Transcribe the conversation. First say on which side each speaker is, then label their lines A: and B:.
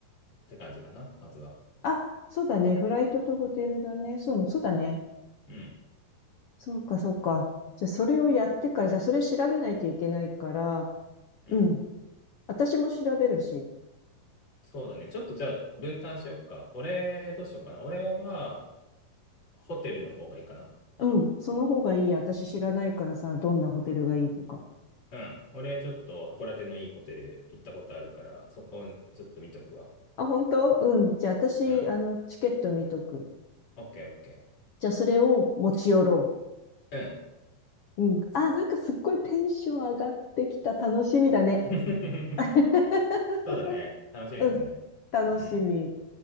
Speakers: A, on the left; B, on the left.
A: って感じかな、まずは。
B: あ、そうだね。フライトとホテルだね。そう、そうだね。
A: うん、
B: そうか、そうか。じゃあ、それをやってから、じゃあ、それ調べないといけないから、
A: うん。
B: うん。私も調べるし。
A: そうだね。ちょっとじゃあ分担しよっか。俺、どうしようかな。俺がホテルの方がいいかな。
B: うん。その方がいい。私知らないからさ、どんなホテルがいいとか。
A: うん。俺、ちょっと函館のいいホテル行ったことあるから、そこちょっと見とくわ。
B: あ、本当うん。じゃあ、私、
A: うん。
B: あの、チケット見とく。
A: オッケーオッケ
B: じゃあ、それを持ち寄ろ
A: ー。うん。
B: う。うん。あ、なんかすっごいテンション上がってきた。楽しみだね。
A: <laughs>
B: <laughs>
A: そうだね。楽しみだね。
B: うん。楽しみ。
A: うん。